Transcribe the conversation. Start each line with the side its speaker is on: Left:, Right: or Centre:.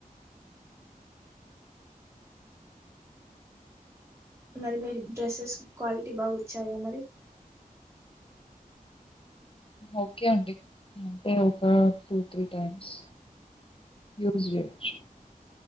Right: మరి మీ డ్రెస్సెస్ క్వాలిటీ బాగా వచ్చాయా మరి.
Left: ఓకే అండి అంటే ఒక టూ త్రీ టైమ్స్ యూస్ చేయొచ్చు.